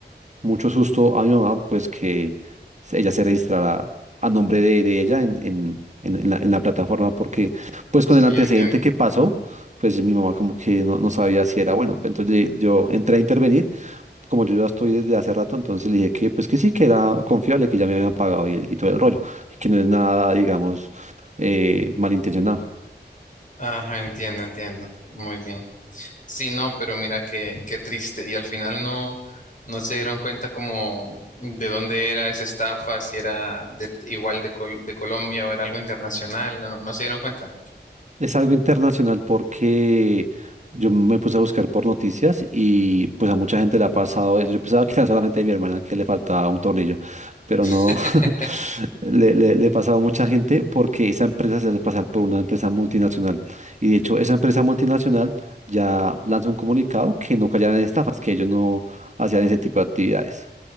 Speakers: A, on the right (about 40°); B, on the left (about 45°).
A: mucho susto a mi mamá, pues que se- ella se registrara a nombre de, de ella en, en, en- en la, en la plataforma, porque pues
B: sí,
A: con el antecedente
B: entiendo.
A: que pasó, pues mi mamá como que no, no sabía si era bueno. Entonces le- yo entré a intervenir, como yo ya estoy desde hace rato, entonces le dije que pues que sí, que era confiable, que ya me habían pagado y, y todo el rollo, y que no es nada, digamos, eh, malintencionado.
B: Ajá, entiendo, entiendo. Muy bien. Sí, no, pero mira qué, qué triste. Y al final no, no se dieron cuenta como de dónde era esa estafa, si era del- igual de, Col- de Colombia o era algo internacional, no, no se dieron cuenta.
A: Es algo internacional porque yo me puse a buscar por noticias y pues a mucha gente le ha pasado eso. Yo pensaba que era solamente a mi hermana que le faltaba un tornillo, pero
B: <laughs>
A: no, <laughs> le, le, le ha pasado a mucha gente porque esa empresa se hace pasar por una empresa multinacional. Y de hecho, esa empresa multinacional ya lanza un comunicado que no cayeran en estafas, que ellos no hacían ese tipo de actividades.